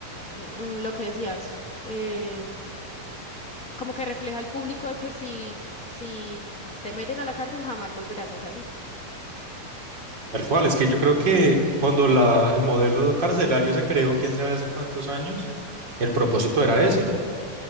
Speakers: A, on the left; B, on the right.
A: mm, mm, lo que decías, eh, como que refleja al público de que si, si te meten a la cárcel jamás volverás a salir.
B: Tal cual, es que yo creo que cuando la, el modelo carcelario se creó, quién sabe hace cuántos años, el propósito era ese,